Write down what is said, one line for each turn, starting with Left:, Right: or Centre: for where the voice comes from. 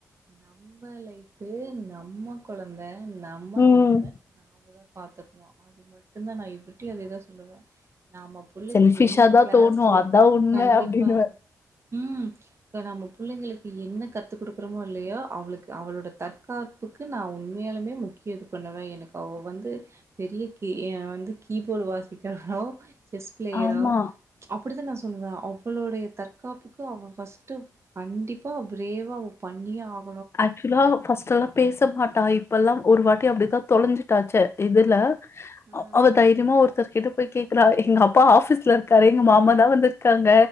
Right: நம்ம லைஃப் ஃபு நம்ம கொழந்த த நம்ம
Left: ம்
Right: ஹஸ்பண்ட் நமக்கு தான் பாத்துக்கணும் அது மட்டும்தான் நான் இவர்ட்டியும் அதேதான் சொல்லுவேன் நம்ம புள்ளைக்கு
Left: செல்ஃபிஷா
Right: என்ன
Left: தா
Right: கிளாஸ்ஸு
Left: தோணு அதா உண்ம
Right: கண்டிப்பா
Left: அப்டின்னுவே
Right: உம் இப்ப நம்ம புள்ளிங்களுக்கு என்ன கத்து கிடுக்குறோமோ இல்லயோ அவளுக்கு அவளோட தற்காப்பு நா உண்மையாலுமே முக்கியம் இது பண்ணுவே எனக்கு அவ வந்து பெரிய கீ என் வந்து கீபோர்டு வாசிக்கிறானோ செஸ் பிளேயரா
Left: ஆமா
Right: ஆம் அப்டித்த நா சொல்லுவே அவளோடைய தற்காப்புக்கு அவ ஃபர்ஸ்ட் டு கண்டிப்பா பிரேவாவ பண்ணியே ஆகனு
Left: ஆக்சுவலா ஃபர்ஸ்ட் அவ பேச மாட்டா இப் இப்பெல்லா ஒரு வாட்டி அப்டி தா தொலைஞ்சிட்டா சே எதிர்ல அஹ்
Right: ஆ
Left: அவ தைரியமா ஒருத்தர் கிட்ட போய் கேக்குறா எங்க அப்பா ஆபீஸ்ல இருக்காரு எங்க மாமா தா வந்திருக்காங்க